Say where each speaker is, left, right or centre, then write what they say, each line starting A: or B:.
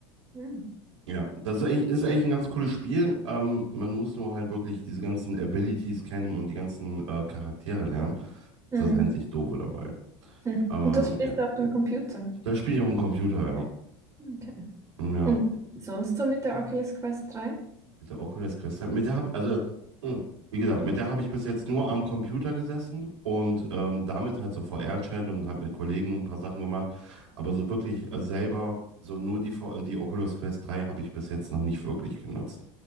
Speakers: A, on the right (about 20°); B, on the right (about 85°).
A: Hm.
B: Ja, das ist eigentlich, ist eigentlich ein ganz cooles Spiel. Ähm, man muss nur halt wirklich diese ganzen Abilities kennen und die ganzen äh, Charaktere lernen.
A: Hm.
B: Das ist das einzig
A: Hm.
B: Doofe dabei.
A: Hm.
B: Aber
A: Und das spielst
B: ja,
A: du auf dem Computer.
B: das spiele ich auf dem Computer, ja.
A: Okay.
B: Ja.
A: Und sonst so mit der Oculus Quest 3?
B: Mit der Oculus Quest. Mit der habe also, hm, wie gesagt, mit der habe ich bis jetzt nur am Computer gesessen und ähm, damit halt so VR-Chat und habe mit Kollegen ein paar Sachen gemacht. Aber so wirklich äh, selber, so nur die, V- äh, die Oculus Quest 3 habe ich bis jetzt noch nicht wirklich genutzt.